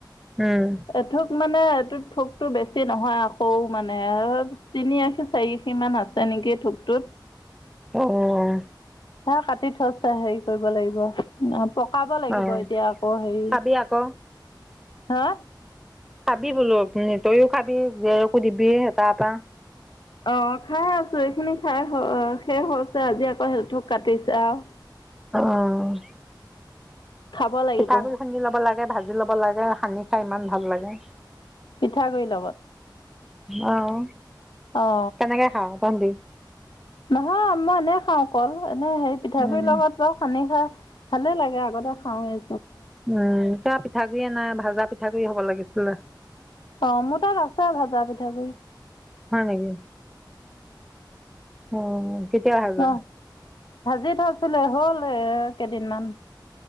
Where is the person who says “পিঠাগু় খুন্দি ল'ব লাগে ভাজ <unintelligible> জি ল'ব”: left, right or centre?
Centre